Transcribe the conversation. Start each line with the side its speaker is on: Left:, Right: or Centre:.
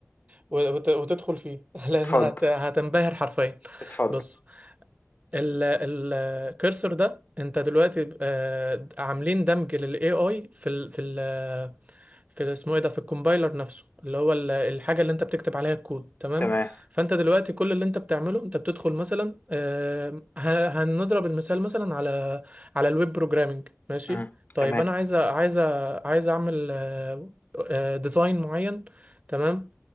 Right: وت... وتدخل فيه <laughs> لان
Left: اتفضل
Right: هت... هتنبهر حرفيا
Left: اتفضل
Right: بص ال... الكرسر ده انت دلوقتي آه، عاملين دمج للاي اي في ال... في ال... في ال- اسمه ايه ده في الكومبايلر نفسه اللي هو ال- الحاجه اللي انت بتكتب عليها الكود تمام
Left: تمام
Right: فانت دلوقتي كل اللي انت بتعمله انت بتدخل مثلا آه، ه- هنضرب المثال مثلا على على الويب بروجرامنج ماشي
Left: إمم،
Right: طيب
Left: تمام،
Right: انا عايز عايز عايز اعمل آه، آه، ديزاين معين تمام